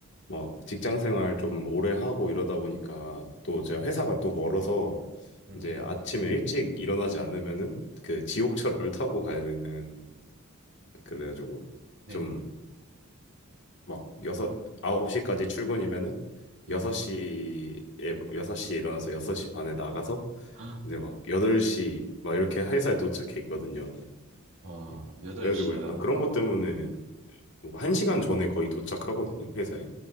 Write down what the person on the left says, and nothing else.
막 직장 생활 좀 오래 하고 이러다 보니까 또 제가 회사가 또 멀어서
이제 아침에 일찍 일어나지 않으면은 그 지옥철을 타고 가야 되는 그래가지고
좀 막 여섯 아홉 시까지 출근이면은
여섯 시에 여섯 시에 일어나서 여섯 시 반에 나가서
이제 막 여덟 시 막 이렇게 회사에 도착해 있거든요.
음.
그래가지고 약간 그런 것 때문에 뭐시간 전에 거의 도착하거든요, 회사에.